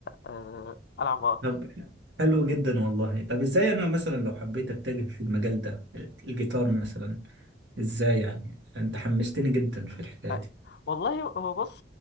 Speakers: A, on the left; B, on the right.
A: آه، العب وراه
B: طب حلو جدا والله طب ازاي انا مثلا لو حبيت اتجه في المجال ده الجيتار مثلا ازاي يعني انت حمستني جدا في الحكايه
A: آه،
B: دي
A: والله هو بص